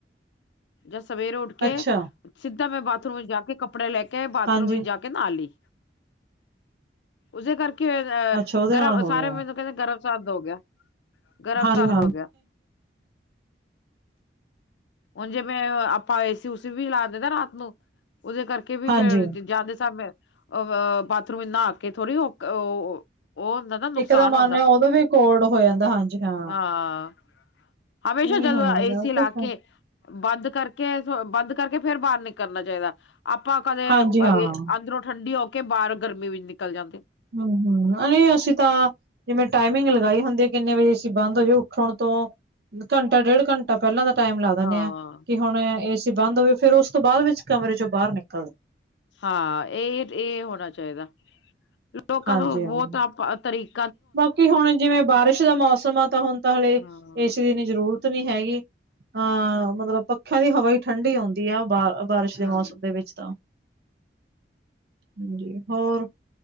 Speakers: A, on the left; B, on the right.
A: ਜਾਂ ਸਵੇਰੇ ਉੱਠ ਕੇ
B: ਅੱਛਾ,
A: ਸਿੱਧਾ ਮੈਂ ਬਾਥਰੂਮ ਵਿੱਚ ਜਾ ਕੇ ਕੱਪੜੇ ਲੈ ਕੇ ਬਾਥਰੂਮ
B: ਹਾਂਜੀ,
A: ਵਿੱਚ ਜਾ ਕੇ ਕੇ ਨਾਲੀ ਉਸੇ ਕਰਕੇ ਅਹ
B: ਅੱਛਾ ਉਹਦੇ
A: ਗਰਮ
B: ਨਾਲ ਹੋ
A: ਸਾਰੇ
B: ਗਿਆ।
A: ਮ ਕਹਿੰਦੇ ਗਰਮ ਸਰਦ ਹੋ ਗਿਆ। ਗਰਮ
B: ਹਾਂਜੀ
A: ਸਰਦ
B: ਹਾਂ।
A: ਹੋ ਗਿਆ ਹੁਣ ਜਿਵੇਂ ਆਪਾਂ ਏ ਸੀ ਊ ਸੀ ਵੀ ਲਾ ਦਿੰਦਾ ਰਾਤ ਨੂੰ ਉਹਦੇ ਕਰਕੇ ਕੇ ਵੀ
B: ਹਾਂਜੀ
A: ਫੇਰ ਜਾਂਦੇ ਸਾਬ ਅ ਬਾਥਰੂਮ ਨਾ ਕੇ ਥੋੜ੍ਹੀ ਉਹ ਉਹ ਨਾ ਨੁਕਸਾਨ
B: ਇੱਕ ਤਾਂ ਮੰਨਦੇ
A: ਹੁੰਦਾ
B: ਉਦੋਂ ਵੀ ਕੋਲਡ ਹੋ ਜਾਂਦਾ ਹਾਂਜੀ ਹਾਂ।
A: ਹਾਂ ਹਮੇਸ਼ਾ
B: ਇਹ ਨੀ
A: ਜਦ
B: ਹੋਣਾ ਚਾਹੀਦਾ
A: ਇਸੇ ਇਲਾਕੇ
B: ਕੁਛ
A: ਬੰਦ ਕਰਕੇ ਥੋ ਬੰਦ ਕਰਕੇ ਫੇਰ ਬਾਰ ਨੀ ਕਰਨਾ ਚਾਈਦਾ। ਅਪਾਂ ਕਦੇ
B: ਹਾਂਜੀ
A: ਬਏ
B: ਹਾਂ,
A: ਅੰਦਰੋਂ ਠੰਡੀ ਹੋ ਕੇ ਬਾਰ ਗਰਮੀ ਵਿੱਚ ਨਿਕਲ ਜਾਂਦੇ।
B: ਹੰ ਹੰ ਅਰੇ ਅਸੀਂ ਤਾਂ ਕਿ ਮੈ ਟਾਈਮਿੰਗ ਲਗਾਈ, ਹੁੰਦੇ ਕਿੰਨੇ ਵਜੇ ਅਸੀਂ ਬੰਦ ਹੋ ਜੇ ਉੱਠਣ ਤੋਂ ਘੰਟਾ ਡੇਢ ਘੰਟ ਤਾ ਪੈਲਾਂ ਦਾ ਟਾਈਮ ਲਾ ਦਿਣੇ
A: ਹਾਂ
B: ਆਂ ਕਿ ਹੁਣ ਏ ਸੀ ਬੰਦ ਹੋਵੇ ਫੇਰ ਓਸ ਤੋਂ ਬਾਦ ਵਿੱਚ ਕਮਰੇ ਚੋਂ ਬਾਰ ਨਿਕਲਦੇ।
A: ਹਾਂ, ਏਦ ਏ ਹੋਣਾ ਚਾਈਦਾ। ਲੋਕਾਂ
B: ਹਾਂਜੀ
A: ਨੂੰ
B: ਹਾਂ।
A: ਬੌਤ ਅਪ ਤਰੀਕ
B: ਬਾਕੀ ਹੁਣ ਜਿਵੇਂ ਬਾਰਿਸ਼ ਦਾ ਮੌਸਮ ਆ ਤਾਂ ਹੁਣ ਤਾਂ ਹਾਲੇ
A: ਹਾਂ
B: ਏਸੀ ਦੀ ਨੀ ਜ਼ਰੂਰਤ ਨੀ ਹੈਗੀ। ਹਾਂ ਮਤਲਬ, ਪੱਖਿਆਂ ਦੀ ਹਵਾ ਈ ਠੰਡੀ ਔੰਦੀ ਆ, ਬਾਹ ਬਾਰਿਸ਼ ਦੇ
A: ਹਾਂ
B: ਮੌਸਮ ਦੇ ਵਿੱਚ ਤਾਂ। ਹਾਂਜੀ, ਹੋਰ?